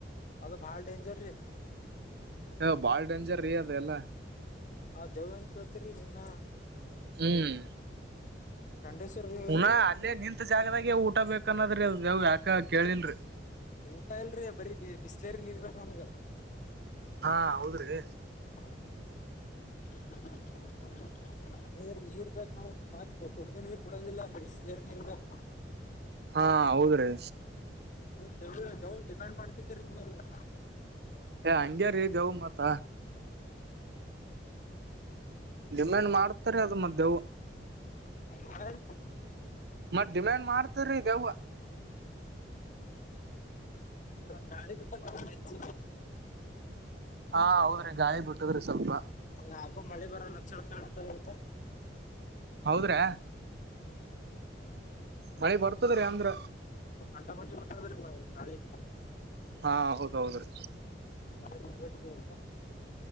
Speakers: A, on the left; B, on the right.
A: ಅದು ಬಾಳ ಡೇಂಜರ್ ರೀ
B: ಹ ಬಾಳ್ ಡೇಂಜರ್ ರಿ ಅದ ಎಲ್ಲ
A: ಆ ದೇವನ್ ಕೇಳ್ತರಿ ನಿನ್ನ
B: ಹ್ಮ್
A: ಖಂಡೇಶ್ವರ್ ವೇರೀ
B: ಪುನಾ ಅಲ್ಲೇ ನಿಂತತ್ ಜಾಗದಾಗೆ ಊಟ ಬೇಕನ್ನೋದ್ರಿ ಯಾವ್ ಯಾಕ ಕೇಳಿಲ್ರರಿ
A: ಊಟ ಇಲ್ರಿ ಬರೀ ಬಿಸ್ಲೇರಿ ನೀರ್ ಬ ನಮ್ಗ
B: ಹಾ ಹೌದ್ರಿ
A: ಹಾ <inaudible> ನೀರ್ ನೀರ್ ಬಕ್ ನಾವು ಕುಡ್ದ ನೀರ್ ಬಿಡೋದಿಲ್ಲ ಬೆಸ್ಲೇರಿ ನೀರ್ ಬೇಕ್.
B: ಹಾ ಹೌದ್ರೀ.
A: ಒ ದವ ದವಳ ಡಿಮ್ಯಾಂಡ್ ಮಾಡ್ತದರಿ ನಮಗೆಲ್ಲಾ.
B: ಏ ಹಂಗ್ಯರಿ ದೇವ್ ಮಾತ ಡಿಮ್ಯಾಂಡ್ ಮಾಡ್ತರಿ ಅದ ಮತ ಧ್ಯವು
A: ಮಾಡಿದೆನ್
B: ಮತ್ ಡಿಮ್ಯಾಂಡ್ ಮಾಡ್ತರೀ ದೇವ್.
A: ನಾಳಿ ಬಿಟ್ಟ ಮಾಡಿದ್ರೇನ್ ಹೆಚ್ಚ
B: ಹಾ ಹೌದ್ರಿ ಗಾಯಿ ಬಿಟ್ಟದ್ರಿ ಸ್ವಲ್ಪ.
A: ಯಾಕೊ ಮಳಿ ಬರೋ ಲಕ್ಷಣ ಕಾಣ್ತದ ಇವತ್ತ.
B: ಹೌದ್ರಾ ಮಳಿ ಬರ್ತದ್ರೀ ಅಂದ್ರ
A: ಅಟಪಟ್ಟಿ ಬಿಟ್ಟ ನಾಳಿಗೆ
B: ಹಾ ಹೌದ ದೌದ್ರೀ.
A: ಮನೆಗೆ ಬರ್ಬೇಕು ನೀವು